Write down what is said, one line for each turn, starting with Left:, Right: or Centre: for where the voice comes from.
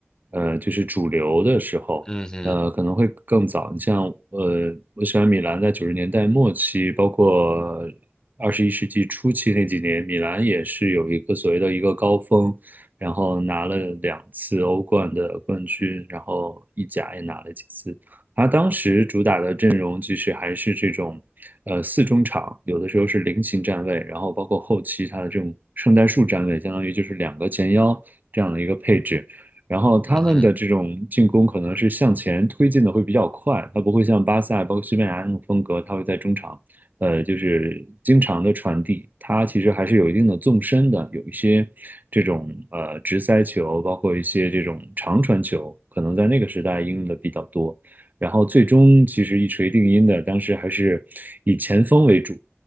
Right: 呃，就是主流的时候，
Left: 嗯哼，
Right: 呃，可能会更早。你像呃，我喜欢米兰在九十年代末期，包括二十一世纪初期那几年，米兰也是有一个所谓的一个高峰。然后拿了两次欧冠的冠军，然后意甲也拿了几次。他当时主打的阵容其实还是这种，呃，四中场，有的时候是菱形站位，然后包括后期他的这种圣诞树站位，相当于就是两个前腰这样的一个配置。然后他们的这种进攻可能是向前推进的会比较快，
Left: 嗯哼，
Right: 它不会像巴萨、包括西班牙那种风格，它会在中场呃，就是经常的传递，它其实还是有一定的纵深的，有一些这种呃直塞球，包括一些这种长传球，可能在那个时代应用的比较多。然后最终其实一锤定音的，当时还是以前锋为主，